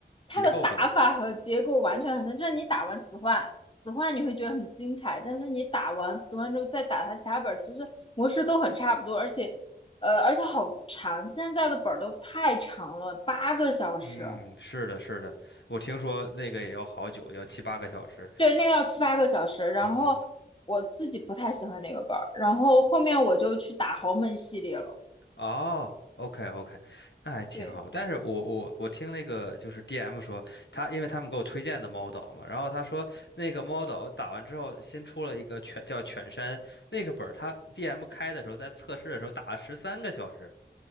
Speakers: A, on the left; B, on the left.
A: 它的打法和结构完全很像，
B: 结构比较像？
A: 就是你打完死幻，死幻你会觉得很精彩，但是你打完死幻之后再打它其他本其实模式都很差不多，而且，呃，而且好长，现在的本都太长了，八个小时，
B: 嗯，是的，是的，我听说那个也要好久，要七八个小时。
A: 对，那个要七八个小时，然后我自己不太喜欢那个本然后后面我就去打豪门系列了，
B: 嗯。哦，OK OK，那还挺好。
A: 对
B: 但是我我我听那个就是 DM 说，他因为他们给我推荐的猫岛嘛，然后他说那个猫岛打完之后新出了一个犬叫犬山那个本儿，他 DM 开的时候在测试的时候打了十三个小时，